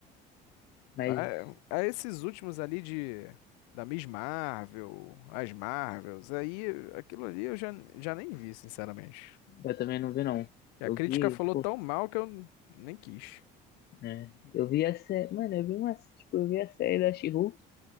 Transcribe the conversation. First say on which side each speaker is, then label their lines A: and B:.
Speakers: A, on the left; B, on the left.
A: mas
B: A, a esses últimos ali de da Miss Marvel, as Marvels, aí aquilo ali eu já, já nem vi, sinceramente.
A: eu também não vi, não.
B: Que a
A: Eu
B: crítica
A: vi,
B: falou
A: pô,
B: tão mal que eu nem quis.
A: né? Eu vi a série, mano, eu vi uma, tipo, eu vi a série da She-Hulk,